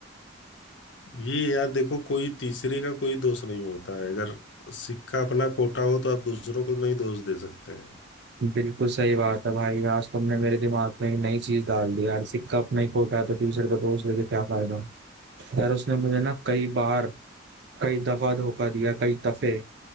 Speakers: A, on the left; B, on the right.
A: ये यार देखो कोई तीसरे का कोई दोष नहीं होता है अगर सिक्का अपना खोटा हो तो आप दूसरों को नहीं दोष दे सकते हैं
B: बिल्कुल सही बात है भाई आज तुमने मेरे दिमाग में एक नई चीज डाल दी यार सिक्का अपना ही खोटा है तो दूसरे का दोष लेके क्या फायदा यार उसने मुझे ना कई बार कई दफा धोखा दिया कई दफे